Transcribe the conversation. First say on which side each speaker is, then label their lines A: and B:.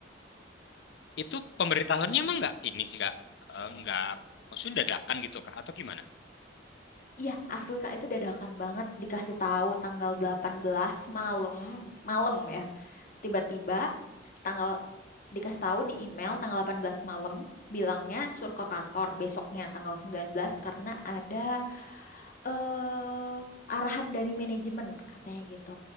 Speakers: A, on the left; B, on the left.
A: Itu pemberitahuannya emang nggak ini nggak eh, nggak maksudnya dadakan gitu Kak atau gimana?
B: Iya, asli Kak itu dadakan banget dikasih tahu tanggal 18 malam, malam ya. tiba-tiba tanggal dikasih tahu di email tanggal 18 malam bilangnya suruh ke kantor besoknya tanggal 19 karena ada eh arahan dari manajemen katanya gitu.